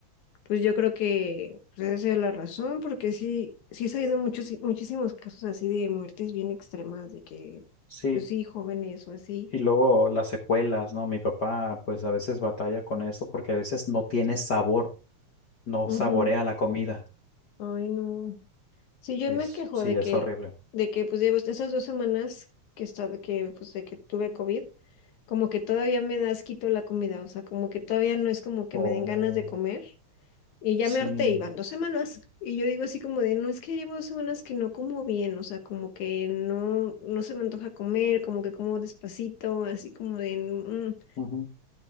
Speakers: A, on the left; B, on the left.
A: pues yo creo que pues, esa es la razón, porque sí, sí he sabido muchos, muchísimos casos así de muertes bien extremas, de que,
B: sí.
A: pues sí, jóvenes o así.
B: Y luego las secuelas, ¿no? Mi papá pues a veces batalla con eso porque a veces no tiene sabor, no
A: Ujú.
B: saborea la comida.
A: Ay, no. Sí, yo
B: Es,
A: me quejo
B: sí,
A: de
B: es
A: que,
B: horrible.
A: de que pues llevo esas dos semanas que he estado, que pues de que tuve COVID, como que todavía me da asquito la comida, o sea, como que todavía no es como que
B: Oh,
A: me den ganas de comer. Y ya
B: sí,
A: me harté, y van dos semanas. Y yo digo así como de, no es que llevo dos semanas que no como bien, o sea, como que no, no se me antoja comer, como que como despacito, así como de, mm,
B: ujú,